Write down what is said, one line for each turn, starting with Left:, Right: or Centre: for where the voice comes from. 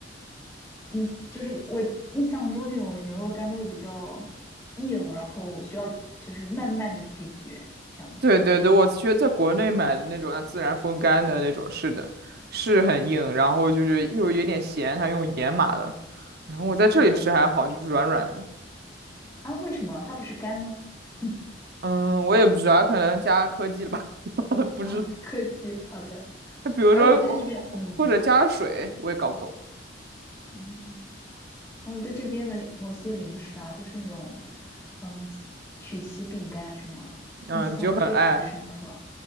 Left: 你就是我印象中这种牛肉干都会比较硬，然后需要就是慢慢的咀嚼这样子。
Right: 对对对，我觉得在国内买的那种，它自然风干的那种，是的，是很硬，然后就是又有点咸，它用盐码的。然后我在这里吃还好，
Left: 是的，
Right: 就是软软的。
Left: 啊，为什么它不是干吗？<laughs>
Right: 嗯，我也不知道，可能加科技了吧，<laughs>
Left: <laughs>
Right: 不知道。
Left: 啊，客气，好的。
Right: 比如说，
Left: 哎，我对这边，
Right: 或或者加水，
Left: 嗯
Right: 我也搞不懂。
Left: 嗯，然后我对这边的某些零食啊，就是那种，嗯，曲奇饼干什么，
Right: 嗯，
Left: 印象非常深刻。
Right: 你就很爱